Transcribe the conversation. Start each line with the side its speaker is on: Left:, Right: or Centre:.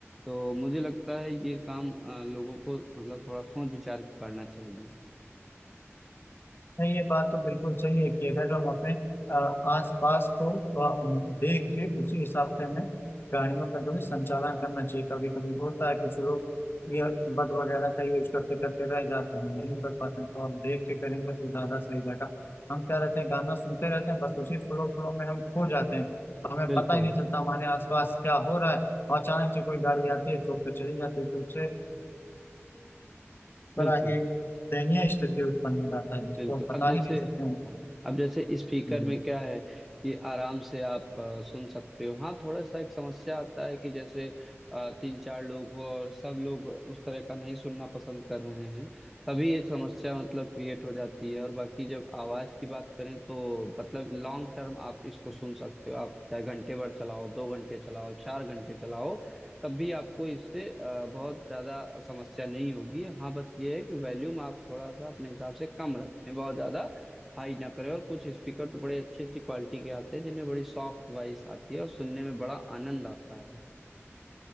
Centre: तो मुझे लगता है ये काम अ, लोगों को मतलब थोड़ा सोच विचार के करना चाहिए
Left: नहीं ये बात तो बिल्कुल सही है कि अगर हम अपने आस पास को अ, देख के उसी हिसाब से हमें गाड़ियों का जो है संचालन करना चाहिए कभी कभी होता है कुछ लोग ये बट वगैरह का यूज करते करते रह जाते हैं नहीं कर पाते हैं तो आप देख के करेंगे तो ज्यादा सही रहेगा हम क्या रहते हैं गाना सुनते रहते हैं बस उसी फ्लो फ्लो में हम खो जाते हैं हमें
Centre: बिल्कुल
Left: पता ही नहीं चलता हमारे आसपास क्या हो रहा है और अचानक से कोई गाड़ी आती है तो उस पे चली जाती है तो उससे
Centre: बिल्कुल
Left: बड़ा ही दयनीय स्थिति उत्पन्न हो जाता है जिसको
Centre: बिल्कुल
Left: हम बता
Centre: अब जैसे
Left: ही नहीं सकते
Centre: हाँ अब जैसे स्पीकर
Left: हैं
Centre: में क्या है कि आराम से आप अ, सुन सकते हो हाँ थोड़ा सा एक समस्या आता है कि जैसे अ, तीन चार लोग हो और सब लोग उस तरह का नहीं सुनना पसंद कर रहे हैं तभी एक समस्या मतलब क्रिएट हो जाती है और बाकी जब आवाज की बात करें तो मतलब लॉन्ग टर्म आप इसको सुन सकते हो आप चाहे घंटे भर चलाओ दो घंटे चलाओ चार घंटे चलाओ तब भी आपको इससे अ, बहुत ज्यादा समस्या नहीं होगी हाँ बस ये है कि वॉल्यूम आप थोड़ा सा अपने हिसाब से कम रखें बहुत ज्यादा हाई ना करें और कुछ स्पीकर तो बड़े अच्छी अच्छी क्वालिटी के आते हैं जिनमें बड़ी सॉफ्ट वॉइस आती है और सुनने में बड़ा आनंद आता है